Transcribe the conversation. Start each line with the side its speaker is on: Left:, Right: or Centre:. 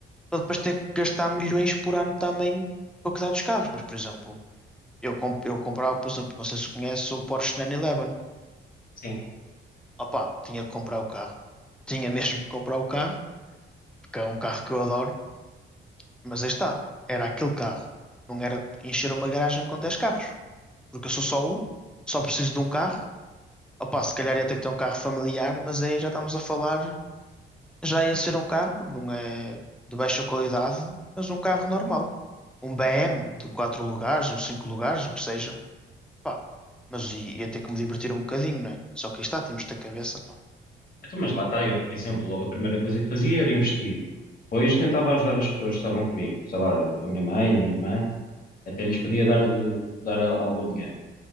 Centre: para depois ter que gastar milhões por ano também para cuidar dos carros. Mas, por exemplo, eu, comp eu comprava, por exemplo, não sei se conhece o Porsche 911.
Left: <laughs> Sim.
Centre: Opá, tinha que comprar o carro. Tinha mesmo que comprar o carro, porque é um carro que eu adoro. Mas aí está, era aquele carro. Não era encher uma garagem com 10 carros. Porque eu sou só um, só preciso de um carro. Opá, se calhar ia ter que ter um carro familiar, mas aí já estamos a falar, já ia ser um carro, não é de baixa qualidade, mas um carro normal. Um BM de 4 lugares ou 5 lugares, o que seja. Pá, mas i- ia ter que me divertir um bocadinho, não é? Só que aí está, temos de ter cabeça, pá.
Left: Então, mas lá está eu, por exemplo, logo a primeira coisa que fazia era investir. Depois tentava ajudar as pessoas que estavam comigo, sei lá, a minha mãe, a minha irmã. Até lhes podia dar, dar a- algum dinheiro,